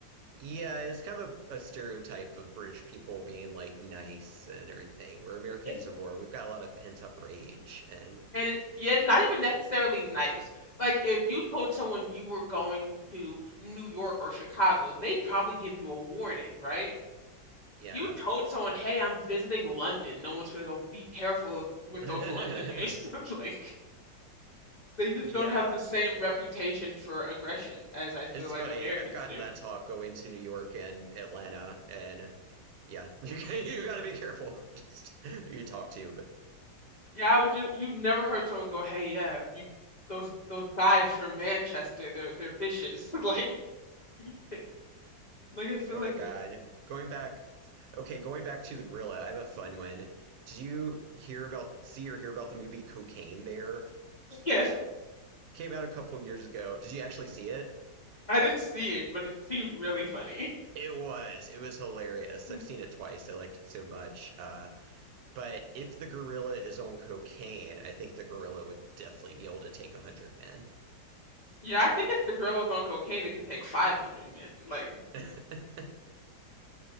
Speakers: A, on the right; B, on the left.
A: Yeah, it's kind of a, a stereotype of British people being like nice and everything, where Americans
B: It's,
A: are more, we've got a lot of pent up rage and
B: and it, yeah, it's not even necessarily nice. Like if you told someone you were going to New York or Chicago, they'd probably give you a warning, right?
A: yeah.
B: You told someone, "Hey, I'm visiting London." No one's gonna go, "Be careful of, with
A: <laughs>
B: those Londoners." <laughs> Like they just
A: Yeah,
B: don't have the same reputation for aggression as I feel
A: it's
B: like
A: funny.
B: Americans
A: I've gotten
B: do.
A: that talk going to New York and Atlanta and yeah, <laughs> you you got to be careful <laughs> just who you talk to, but
B: Yeah, I would just you never heard someone go, "Hey, yeah, you those those guys from Manchester, they're they're vicious." <laughs> Like, <laughs> like I feel
A: Oh
B: like
A: my God. Going back, okay, going back to the gorilla, I have a fun one. Did you hear about, see or hear about the movie Cocaine Bear?
B: <laughs> yes,
A: Came out a couple years ago. Did you actually see it?
B: I didn't see it, but it seemed really funny.
A: It was. It was hilarious.
B: <laughs>
A: I've seen it twice. I liked it so much. Uh, but if the gorilla is on cocaine, I think the gorilla would definitely be able to take a hundred men.
B: Yeah, I think if the girl was on cocaine, it could take 500 men. Like,
A: <laughs>